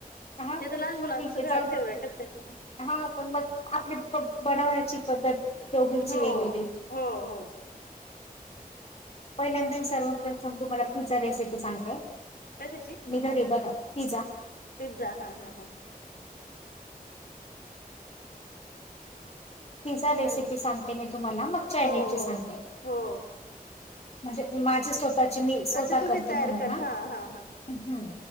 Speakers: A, on the left (about 45°); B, on the left (about 85°).
A: हा
B: ते
A: सर
B: तर लहान
A: ठीक
B: मुलांच
A: आहे.
B: घरात
A: जाऊ द्या.
B: फेवरेटच आहे
A: हा पण मग आपली बनवण्याची पद्धत दोघींची
B: हो
A: वेगवेगळी.
B: हो हो
A: पहिल्यांदान सर्व प्रथम तुम्हाला पिझ्झा रेसिपी सांगते.
B: कशाची
A: मी घरी बनव पिझा
B: पिझ्झा, हा हा हा.
A: पिझ्झा रेसिपी
B: हॅलो
A: सांगते मी तुम्हाला, मग चायनीजची
B: हो हो
A: सांगते.
B: हो
A: म्हणजे माझी स्वतःची मी स्वतः
B: अच्छा तुम्ही
A: करते
B: तयार
A: म्हणून
B: कर
A: हा.
B: हा
A: हम.